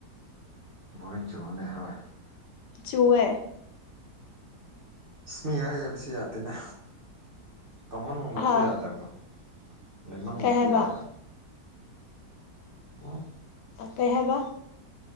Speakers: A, on the right; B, on the left.
A: ꯕꯔꯤꯡ ꯆꯧꯕꯅꯦ ꯍꯣꯏ
B: ꯆꯨꯑꯦ
A: ꯁꯃꯤ ꯍꯥꯏ ꯍꯥꯏꯕꯁꯨ ꯌꯥꯗꯦꯅꯦ ꯇꯥꯃꯟꯕꯔꯁꯨ
B: ꯑꯥ
A: ꯌꯥꯗꯒꯣ ꯂꯩꯃꯟꯕꯁꯨ
B: ꯀꯩ ꯍꯥꯏꯕ
A: ꯌꯥꯗ ꯎꯝ
B: ꯀꯩ ꯍꯥꯏꯕ